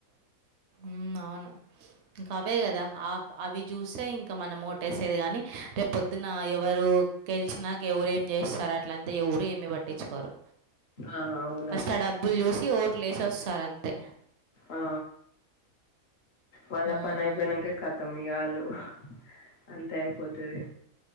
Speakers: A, on the right; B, on the left.
A: మ్ అవును ఇంకా అవే కదా అవి చూసే ఇంకా మనం ఓటేసేది కాని రేపు పొద్దున ఎవరు గెలిచినాక ఎవరి ఏం చేస్తారు అట్లంత ఎవరు ఏమి పట్టించుకోరు
B: ఆ అవును
A: ఫస్ట్ ఆ డబ్బు చూసి ఓట్లేసి వస్తారు అంతే
B: ఆ వాళ్ళ
A: ఆ.
B: పని అయిపోయినంక కతం ఇగాళ్ళు అంతే అయిపోతది